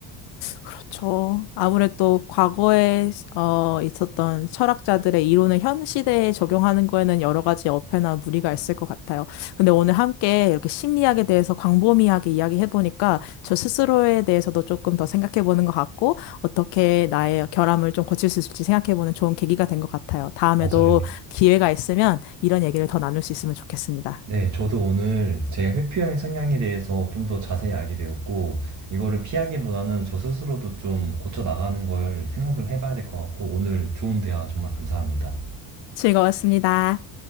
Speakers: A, on the left; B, on the right.
A: 그렇죠. 아무래도 과거에 어, 있었던 철학자들의 이론을 현 시대에 적용하는 거에는 여러 가지 어폐나 무리가 있을 것 같아요. 근데 오늘 함께 이렇게 심리학에 대해서 광범위하게 이야기해보니까 저 스스로에 대해서도 조금 더 생각해보는 것 같고 어떻게 나의 결함을 좀 고칠 수 있을지 생각해보는 좋은 계기가 된 것 같아요. 다음에도
B: 맞아요.
A: 기회가 있으면 이런 얘기를 더 나눌 수 있으면 좋겠습니다.
B: 네, 저도 오늘 제 회피형 성향에 대해서 좀 더 자세히 알게 되었고, 이거를 피하기보다는 저 스스로도 좀 고쳐 나가는 걸 생각을 해봐야 될 것 같고, 오늘 좋은 대화 정말 감사합니다.
A: 즐거웠습니다.